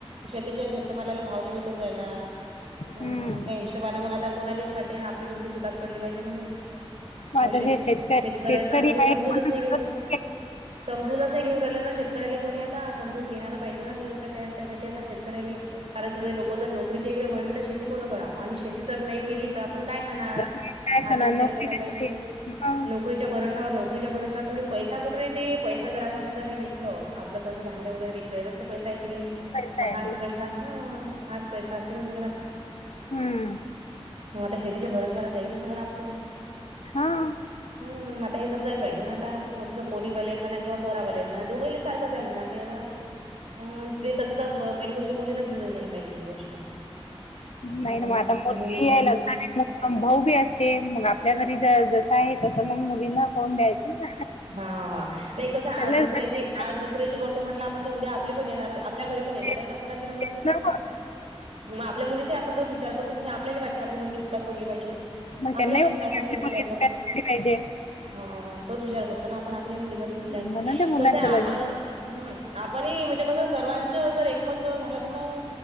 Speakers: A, on the right; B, on the left.
A: शेतीच्या शेतमालाला भाव नाही भेटून राहिला?
B: हम्म
A: हम्, त्या हिशोबान मग आता कोणाले असं वाटते ना, आपली मुलगी सुखात पडली पाहिजे म्हणून. मग
B: आता
A: शेत
B: जे शेतकरी
A: शेतकऱ्याच
B: शेतकरी
A: कोणी
B: आहे
A: समजूनच
B: म्हणून
A: नाही
B: सगळं
A: घेऊन राहिल.
B: शक्य
A: समजूनच नाही घेऊ राहिलं ना शेतकऱ्याला कोणी आता, समजून घेणारा पाहिजे ना त्याच्यासाठी त्यासाठी आता शेतकऱ्याले. कारण सगळे लोक जर नोकरीच्या इकडे वळले तर शेत शेती कोण कराव? आणि शेती जर नाही केली त आपण काय खाणार?
B: आहे. मग काय
A: हा
B: खाणार
A: त विचार
B: नोकरी
A: केला
B: कशी
A: पाहिजे. जे
B: होईल मग
A: नोकरी च्या भरोश्यावर नोकरीच्या भरोश्यावर थोडी पैसा कुठून येते? पैसा जर आपण समजा हे विकलं आ घरचं धान्य वगैरे विकलं. याचाच पैसा येत की नाही.
B: पैसा
A: मग
B: आहे
A: हाच
B: ते
A: पैसा हम्म, हाच पैसा असते न सगळा
B: हम्म,
A: मग आता शेतीच्या भरोशावरच आहे न सगळं आपलं.
B: हां,
A: हम, आता हे समजायला पाहिजे ना आता. पोरीत पोरीवालेन म्हणा किं पोरावाल्यान म्हणा दोघईले सारखंच आहे म्हणा ते आता ह ते तस तर पहिली गोष्ट मुलीन समजून घ्यायला पाहिजे ही गोष्ट. हम्म
B: नाही न व आता मुलगी
A: मुलीच म
B: आहे लग्नाले मो भाऊ बी असते मग आपल्या घरी जस आहे तसं मग मुलीला पाहून द्यायचं ना.
A: हा नाही कसं
B: सगळेच
A: आज दुसऱ्याची
B: लक्ष-
A: आज दुसऱ्याची करतो म्हटलं आपण तर उद्या आपली पण येणार आपल्या घरी आपली पण येणार
B: तेच-
A: हाय ना कोणाची ना कोणाची
B: तेच
A: समजा,
B: मग
A: आपल्या मुलीला आपण तोच विचार करतो की नाही आपल्याला वाटत आपली मुलगी सुखात पडली पाहिजे मग
B: मग त्यांनाही
A: आपल्या मुलीचा
B: वाटते
A: आपण
B: की आपली
A: तेच विचार
B: मुलगी सुखात
A: करतो.
B: राहिली पाहिजे.
A: हा तोच विचार करतो ना, आपण आपल्या मुलीचा तोच विचार करतो
B: म्हणून त्या मुलांचं
A: कसयं आपण
B: लग्न
A: हम्म आपणही म्हणजे कसं सर्वांच जर एकमत झालं तर मग